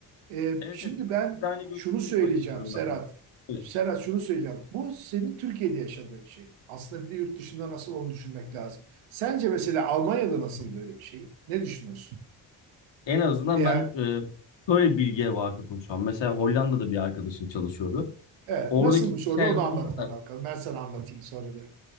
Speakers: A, on the right; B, on the left.
A: E,
B: Evet
A: şimdi
B: evet.
A: ben
B: Biz de aynı görüşleri
A: şunu söyleyeceğim
B: paylaşıyorum
A: Serhat.
B: ben de.
A: Serhat şunu söyleyeceğim. Bu senin Türkiye'de yaşadığın şey. Aslında bir de yurt dışında nasıl onu düşünmek lazım. Sence mesela Almanya'da nasıl böyle bir şey? Ne düşünüyorsun?
B: En azından
A: Veya
B: ben e, böyle bir bilgiye vakıfım şu an. Mesela Hollanda'da bir arkadaşım çalışıyordu.
A: Evet,
B: Oradaki
A: nasılmış
B: iş
A: orada
B: hayatında
A: onu anlatman
B: da
A: bakalım. Ben sana anlatayım sonra da.